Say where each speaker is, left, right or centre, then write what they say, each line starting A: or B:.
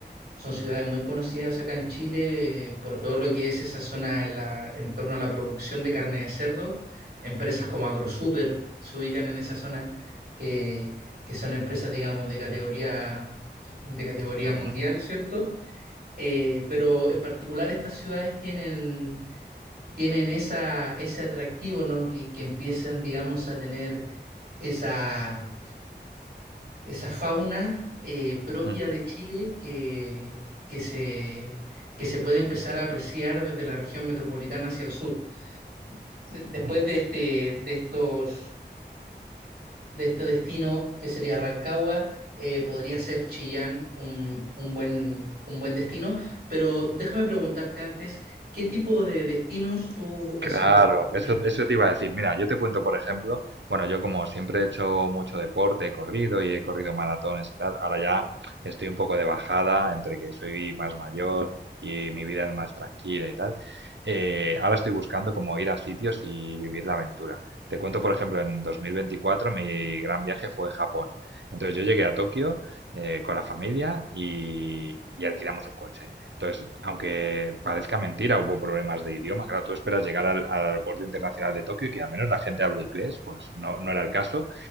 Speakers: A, on the right (about 55°); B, on the right (about 80°).
A: son ciudades muy conocidas acá en Chile eh, por todo lo que es esa zona en, la- en torno a la producción de carne de cerdo. Empresas como AgroSuper se ubican en esa zona, que, que son empresas, digamos, de categoría, de categoría
B: Ujú,
A: mundial, ¿cierto? Eh, pero en particular estas ciudades tienen tienen esa, ese atractivo, ¿no? Que, que empiezan, digamos, a tener esa, esa fauna eh, propia
B: ujú,
A: de Chile que, que se, que se puede empezar a apreciar desde la región metropolitana hacia el sur. De- Después
B: muy
A: de
B: bien.
A: este, de estos, de este destino, que sería Rancagua, eh, podría ser Chillán un, un buen, un buen destino, pero déjame preguntarte antes, ¿qué tipo de destinos tú buscas
B: Claro,
A: en particular?
B: eso, eso te iba a decir. Mira, yo te cuento, por ejemplo, bueno, yo como siempre he hecho mucho deporte, he corrido y he corrido maratones y tal, ahora ya estoy un poco de bajada entre que soy más mayor y mi vida es más tranquila y tal. Eh, ahora estoy buscando como ir a sitios y vivir la aventura. Te cuento, por ejemplo, en 2024 mi gran viaje fue Japón. Entonces yo llegué a Tokio eh, con la familia y, y alquilamos un coche. Entonces, aunque parezca mentira, hubo problemas de idioma. Claro, tú esperas llegar al, al aeropuerto internacional de Tokio y que al menos la gente hable inglés, pues no, no era el caso.